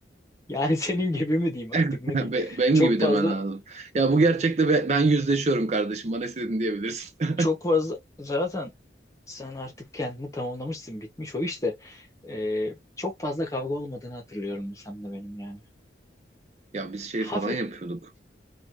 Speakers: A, on the left; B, on the right.
A: Yani <laughs> senin gibi mi diyeyim artık
B: <laughs>
A: ne diyeyim?
B: Be- Benim
A: Çok
B: gibi
A: fazla
B: demen lazım. Ya bu gerçekle be- ben yüzleşiyorum kardeşim. Bana istediğini diyebilirsin. <laughs>
A: çok fazla zaten sen artık kendini tamamlamışsın bitmiş o işte. Ee, çok fazla kavga olmadığını hatırlıyorum sen de benim yani.
B: Ya biz şey
A: Hafif
B: falan yapıyorduk.